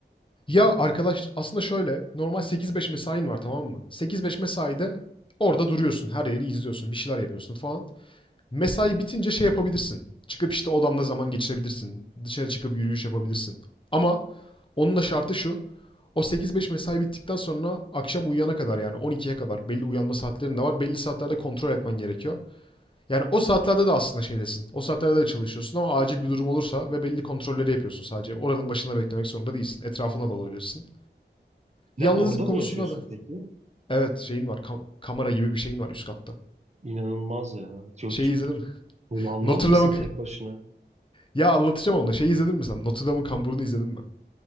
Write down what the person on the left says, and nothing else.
Ya arkadaş aslında şöyle normal 8-5 mesain var tamam mı? 8-5 mesaide orada duruyorsun. Her yeri izliyorsun. Bir şeyler yapıyorsun falan. Mesai bitince şey yapabilirsin. Çıkıp işte odamda zaman geçirebilirsin. Dışarı çıkıp yürüyüş yapabilirsin. Ama onun da şartı şu. O sekiz beş mesai bittikten sonra akşam uyuyana kadar yani on ikiye kadar belli uyanma saatlerin de var. Belli saatlerde kontrol etmen gerekiyor. Yani o saatlerde de aslında şeydesin. O saatlerde de çalışıyorsun ama acil bir durum olursa ve belli kontrolleri yapıyorsun sadece. Oranın başında beklemek zorunda değilsin. Etrafına da olabilirsin.
Yalnızlık
konusunda
da.
Evet şeyin var. ka- kamera gibi bir şeyin var üst katta.
Şeyi izledim.
<laughs> Notre
Dame'ın
Ya anlatacağım onu da. Şeyi izledin mi sen? Notre Dame'ın kamburunu izledin mi?